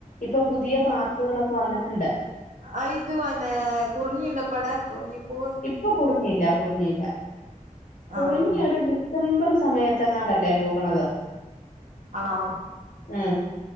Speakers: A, on the left; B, on the right.
A: ഇപ്പൊ പുതിയ പാർക്കുകളൊക്കെ വന്നിട്ടുണ്ട്
B: ആ ഇത് അന്നെ കുറിഞ്ഞി ഉണ്ടോ ഇ പ്പടെ കുറിഞ്ഞിപ്പൂവ്
A: ഇപ്പ കുറിഞ്ഞില്ല കുറിഞ്ഞില്ല കുറിഞ്ഞി
B: ആഹ്
A: യൊരു ഡിസം ഡിസംബർ സമയത്തെ ങ്ങാണ്ടല്ലേ പൂ ക്കണത്
B: ആണോ
A: ഉം